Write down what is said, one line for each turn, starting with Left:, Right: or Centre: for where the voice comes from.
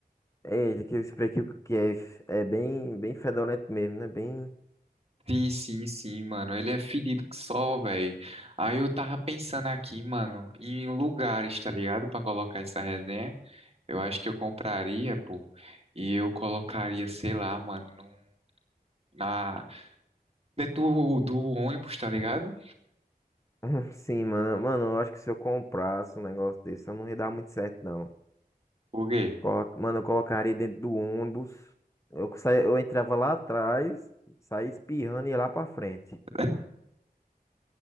Left: É, aquele spray que, que é, é bem, bem fedorento mesmo, né? Bem.
Right: Sim, sim, sim, mano. Ele é fedido que só, véi. Aí eu tava pensando aqui, mano, em lugares, tá ligado? Pra colocar essa resenha. Eu acho que eu compraria, pô. E eu colocaria, sei lá, mano, num- na... dentro do, do ônibus, tá ligado?
Left: <laughs> Sim, mano. Mano, eu acho que se eu comprasse um negócio desse, eu não ia dar muito certo, não.
Right: Por quê?
Left: Coloca- Mano, eu colocaria dentro do ônibus. Eu, saía, eu entrava lá atrás, saía espirrando e ia lá pra frente.
Right: <laughs>